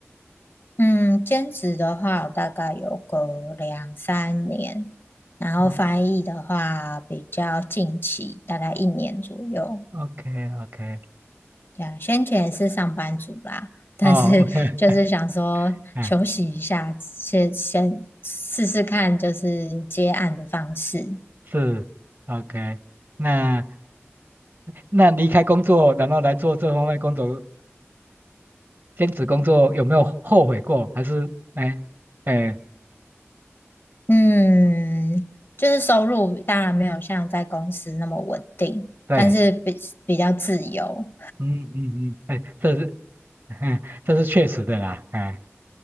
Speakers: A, on the left (about 55°); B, on the right (about 50°).
A: 嗯，兼职的话，我大概有个两三年，然后翻译的话比较近期，
B: 啊
A: 大概一年左右。
B: ，OK OK，
A: 对啊，先前也是上班族啦，但是就是想说休息一下，
B: 哦，OK，<laughs> 哎，
A: 先先试试看，就是接案的方式。
B: 是，OK。那那离开工作，然后来做这方面工作，兼职工作有没有后悔过？还是哎哎
A: 嗯，就是收入当然没有像在公司那么稳定，
B: 对，
A: 但是比比较自由。
B: 嗯嗯嗯，哎，这是 <laughs> 这是确实的啦，哎